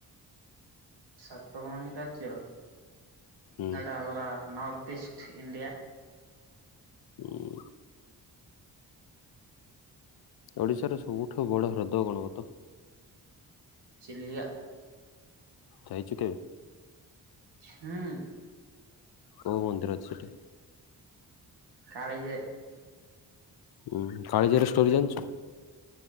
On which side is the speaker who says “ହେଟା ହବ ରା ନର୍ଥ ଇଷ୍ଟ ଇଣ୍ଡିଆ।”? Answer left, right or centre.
Right